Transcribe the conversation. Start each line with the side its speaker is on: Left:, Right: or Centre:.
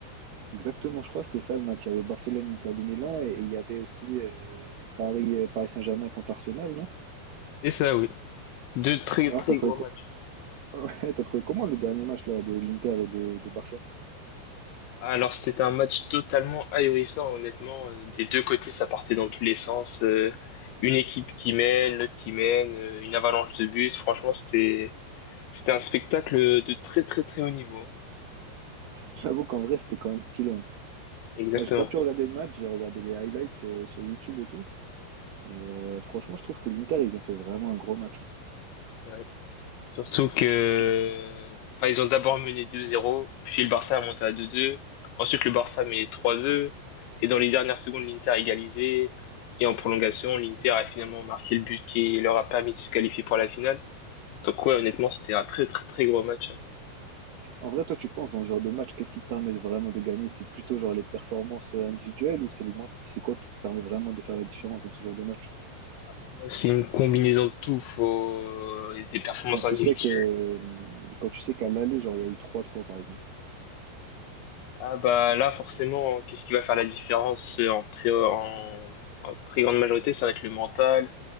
Right: Exactement, je crois, c'était ça le match. Il y avait Barcelone-Inter de Milan et, et il y avait aussi euh, Paris, euh, Paris Saint-Germain contre Arsenal, non?
Left: C'est ça, oui. Deux très
Right: Alors,
Left: très
Right: t'as trouvé,
Left: gros
Right: co-
Left: matchs.
Right: <laughs> ouais, t'as trouvé comment le dernier match là, de l'Inter et de, de Barça?
Left: Alors c'était un match totalement ahurissant, honnêtement. Euh, Des deux côtés, ça partait dans tous les sens. Euh, Une équipe qui mène, l'autre qui mène, euh, une avalanche de buts. Franchement, c'était c'était un spectacle de très très très haut niveau.
Right: J'avoue qu'en vrai, c'était quand même stylé. hein.
Left: Exactement.
Right: Ouais, j'ai pas pu regarder le match, j'ai regardé les highlights euh, sur YouTube et tout. Et euh, franchement, je trouve que l'Inter, ils ont fait vraiment un gros match. hein.
Left: Ouais. Surtout que
Right: Je trouve.
Left: enfin, ils ont d'abord mené 2-0, puis le Barça a monté à 2-2. Ensuite, le Barça met 3-2. Et dans les dernières secondes, l'Inter a égalisé. Et en prolongation, l'Inter a finalement marqué le but qui leur a permis de se qualifier pour la finale. Donc ouais, honnêtement, c'était un très très très gros match. hein.
Right: En vrai, toi, tu penses dans ce genre de match, qu'est-ce qui te permet de vraiment de gagner? C'est plutôt genre les performances euh, individuelles ou c'est le ment- c'est quoi qui te permet vraiment de faire la différence dans ce genre de match?
Left: Ah, pour moi, c'est une combinaison de tout. Faut des performances
Right: Quand tu
Left: individuelles.
Right: sais que euh, quand tu sais qu'à l'aller, genre il y a eu trois trois par exemple.
Left: Ah bah là, forcément, qu'est-ce qui va faire la différence en très, en, en très grande majorité, ça va être le mental,